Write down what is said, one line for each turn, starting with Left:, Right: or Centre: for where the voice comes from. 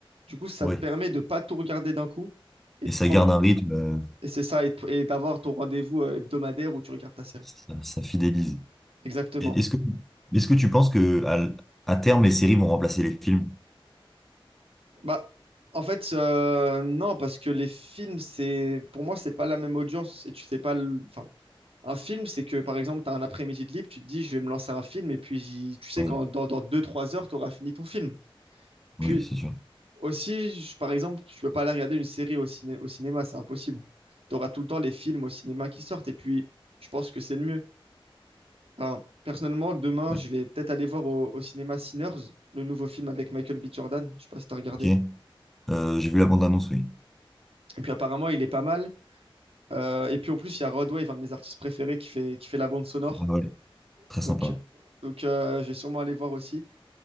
Right: Du coup, ça
Centre: Ouais.
Right: te permet de pas tout regarder d'un coup et
Centre: Et
Right: de prendre,
Centre: ça garde un rythme, euh,
Right: et c'est ça, et, et d'avoir ton rendez-vous euh, hebdomadaire où tu regardes ta série.
Centre: ça, ça fidélise.
Right: Exactement.
Centre: Et Est-ce que, est-ce que tu penses que à, l- à terme, les séries vont remplacer les films?
Right: Bah, en fait, euh, non, parce que les films, c'est pour moi, c'est pas la même audience et tu sais pas. le- Enfin, un film, c'est que par exemple, tu as un après-midi de libre, tu te dis, je vais me lancer un film et puis tu sais
Centre: Ouais.
Right: qu'en dans, dans deux trois heures, tu auras fini ton film.
Centre: Oui,
Right: Puis
Centre: c'est sûr.
Right: aussi, je- par exemple, tu peux pas aller regarder une série au, ciné- au cinéma, c'est impossible. Tu auras tout le temps les films au cinéma qui sortent et puis je pense que c'est le mieux. Enfin, personnellement, demain,
Centre: Ouais.
Right: je vais peut-être aller voir au, au cinéma Sinners, le nouveau film avec Michael B. Jordan. Je sais pas si t'as regardé.
Centre: Ok. Euh, j'ai vu la bande-annonce, oui.
Right: Et puis apparemment, il est pas mal. Euh, et puis en plus, il y a Rodwave, un de mes artistes préférés, qui fait, qui fait la bande sonore.
Centre: Ah ouais. Très sympa.
Right: Donc, donc euh, je vais sûrement aller voir aussi.